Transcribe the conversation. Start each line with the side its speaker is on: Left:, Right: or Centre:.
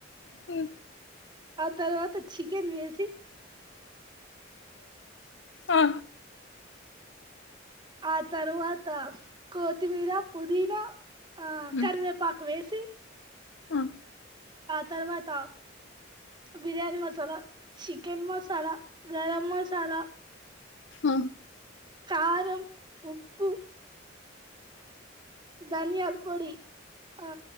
Left: హ
Right: ఆ తవాత్త చికెన్ వేసి
Left: ఆ
Right: ఆ తర్వాత కొత్తిమీర పుదీనా ఆ
Left: ఉమ్
Right: కరివేపాకు వేసి
Left: ఆ
Right: ఆ తర్వాత బిర్యానీ మసాలా చికెన్ మసాలా గరం మసాలా
Left: హ
Right: కారంం ఉప్పు ధాన్యాలు పొడి ఆ